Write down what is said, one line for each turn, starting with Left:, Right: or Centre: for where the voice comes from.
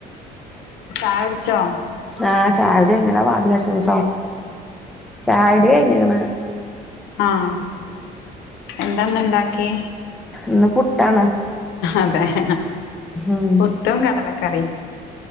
Left: ചായ വിടിച്ചോ
Centre: ആഹ് ചായ കുടി കഴിഞ്ഞ് ചായകുടി കഴിഞ്ഞണ്
Left: ആഹ എന്താ ഇന്ന് ഇണ്ടാക്കി
Centre: ഇന്ന് പുട്ടാണ്
Left: അതെ അ
Centre: ഉം
Left: പുട്ടും കടലക്കറിം